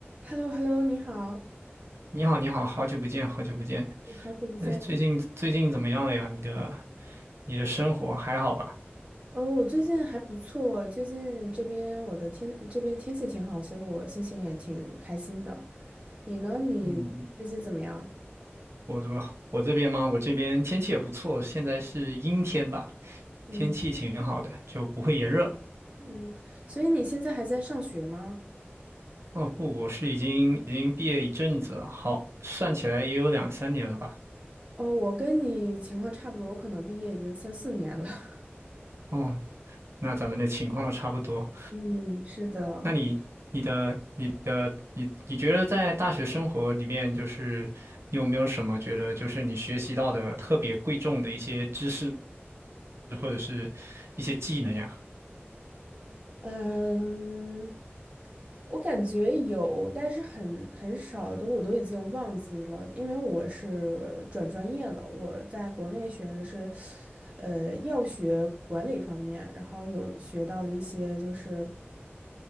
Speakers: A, on the right; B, on the right.
A: h e l l o h e l l o 你好，
B: 你好，你好，好久不见，好久不见。
A: 我好久不见。
B: 哎，最近最近怎么样了呀？你的你的生活还好吧？
A: 哦，我最近还不错，最近这边我的天，这边天气挺好，所以我心情也挺开心的。你呢？你最近怎么样？
B: 嗯嗯，我这边我这边吗？我这边天气也不错，现在是阴天吧，
A: 嗯
B: 天气挺好的，就不会炎热。
A: 嗯，所以你现在还在上学吗？
B: 哦不，我是已经已经毕业一阵子了，好，算起来也有两三年了吧。
A: 哦，我跟你情况差不多，我可能毕业已经三四年了。<laughs>
B: 哦，那咱们的情况都差不多。
A: 嗯，是的。
B: 那你、你的、你的、你，你觉得在大学生活里面，就是你有没有什么觉得，就是你学习到的特别贵重的一些知识或者是一些技能呀？
A: 嗯，我感觉有，但是很很少的，我都已经忘记了，因为我是转专业了。我在国内学的是，呃，药学管理方面，然后有学到了一些就是。